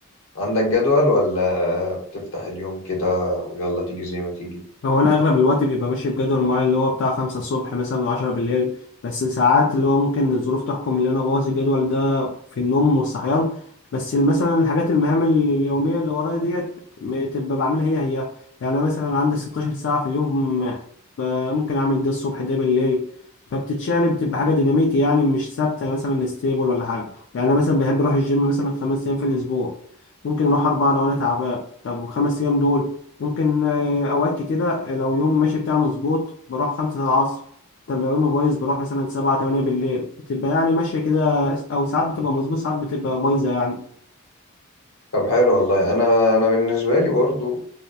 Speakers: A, on the left (about 70°); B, on the left (about 55°).
A: عندك جدول ولا بتفتح اليوم كده ويلا تيجي زي ما تيجي
B: هو انا اغلب الوقت بيبقى ماشي بجدول معين اللي هو بتاع خمسة الصبح مثلا عشرة بالليل بس ساعات اللي هو ممكن الظروف تحكم اللي انا بوظ الجدول ده في النوم والصحيان بس مثلا الحاجات المهام اليومية اللي ورايا ديت م- تبقى بعملها هي هي يعني أنا مثلا عندي 16 ساعة في اليوم ب- ممكن اعمل ده الصبح ده بالليل فبتتشقلب بتبقى حاجة ديناميكي يعني مش ثابتة مثلا ستيبل ولا حاجة يعني انا مثلا بحب اروح الجيم مثلا خمس ايام في الاسبوع ممكن اروح اربعة لو انا تعبان طب وخمس ايام دول ممكن آه، أوقات كتيرة آه، لو يوم ماشي بتاعي مظبوط بروح خمسة العصر طب لو يومي بايظ بروح مثلا سبعة تمانية بالليل بتبقى يعني ماشية كده أو ساعات بتبقى مظبوط ساعات بتبقى بايظة يعني
A: طب حلو والله أنا أنا بالنسبة لي برضو